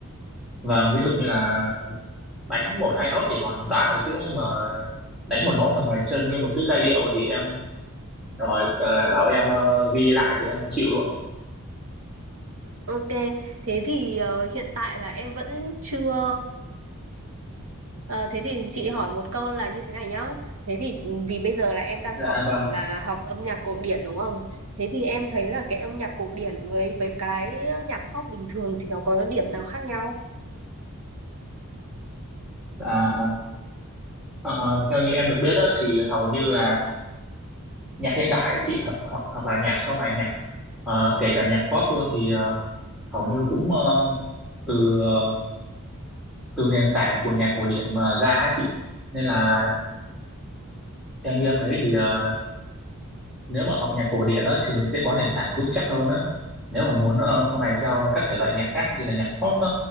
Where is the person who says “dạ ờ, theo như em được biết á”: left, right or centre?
Centre